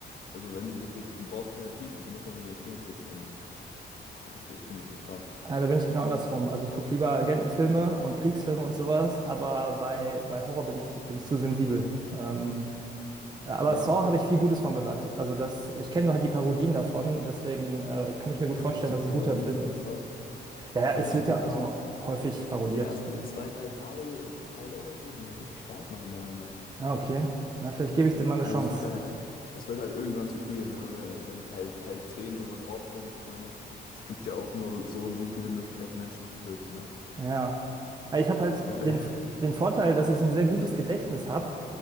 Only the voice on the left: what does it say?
also wenn du wirklich, du brauchst keine Tiefe, du musst einfach nur den Film gucken. Und es ist, ich finde das entspannt.
Ja,
die
Parodien
von
Saw.
Ja,
also.
die ersten zwei, drei Tage, Teile oder so sind wirklich stark, meiner Meinung nach.
Also
es wird dann halt, es wird halt irgendwann zu viel, ne? Wenn, wenn Teil, Teil 10 irgendwann draufkommt. Ich meine, es gibt ja auch nur so und so viele Möglichkeiten, Menschen zu töten, ne?
Und
äh, <laughs>